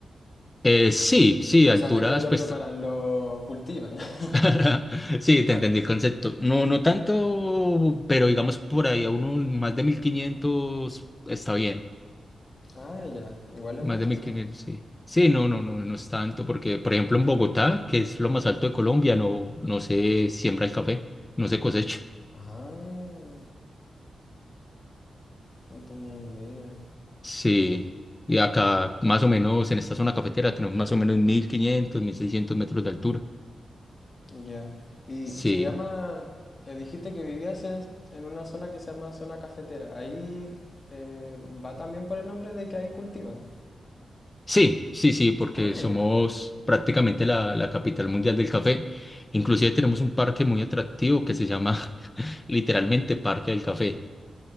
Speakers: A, on the left; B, on the left.
A: Eh, sí, sí,
B: O
A: alturas,
B: sea, nada que ver. lo
A: pues...
B: preparan,
A: t-
B: lo cultivan. <laughs>
A: <laughs> Sí, te entendí el concepto. No, no tanto, pero digamos por ahí a unos más de 1500 está bien.
B: Ah, ya. Igual
A: Más
B: es bastante.
A: de mil quinientos sí. Sí, no, no, no, no es tanto, porque por ejemplo en Bogotá, que es lo más alto de Colombia, no, no se siembra el café, no se cosecha.
B: Ah, no tenía idea.
A: Sí, y acá más o menos en esta zona cafetera tenemos más o menos mil quinientos, mil seiscientos metros de altura.
B: Ya. Y
A: Sí,
B: se llama, eh, dijiste que vivías en, en una zona que se llama zona cafetera. Ahí eh, va también por el nombre de que ahí cultivan.
A: sí, sí, sí, porque
B: Ah,
A: somos
B: ya.
A: prácticamente la, la capital mundial del café. Inclusive tenemos un parque muy atractivo que se llama <laughs> literalmente Parque del Café.